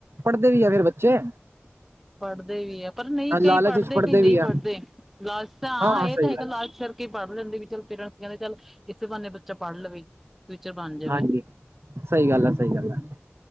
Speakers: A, on the right; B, in the centre.
A: ਪਢ਼ਦੇ ਵੀ ਆ ਫੇਰ ਬੱਚੇ।
B: ਪਢ਼ਦੇ ਵੀ ਐ। ਪਰ ਨਈ ਕਈ
A: ਲਾਲਚ
B: ਪਢ਼ਦੇ
A: ਵਿੱਚ ਪੜ੍ਹਦੇ
B: ਕਈ ਨਈ
A: ਵੀ ਆ
B: ਪਢ਼ਦੇ। ਲਾਲਚ ਤਾਂ ਆ,
A: ਹਾਂ ਹਾਂ
B: ਏ
A: ਸਹੀ
B: ਤਾਂ ਹੈਗਾ
A: ਗੱਲ
B: ਲਾਲਚ
A: ਹੈ
B: ਫੇਰ ਪੜ ਲੈਂਦੇ ਵੀ ਚੱਲ ਪੇਰੈਂਟਸ ਕੈਂਦੇ ਚਲ ਏਸੀ ਬਹਾਨੇ ਬੱਚਾ ਪੜ ਲਵੇ। ਫਿਊਚਰ ਬਨ ਜਾਵੇ।
A: ਹਾਂਜੀ ਸਹੀ ਗੱਲ
B: ਹੂੰ।
A: ਹੈ ਸਹੀ ਗੱਲ ਹੈ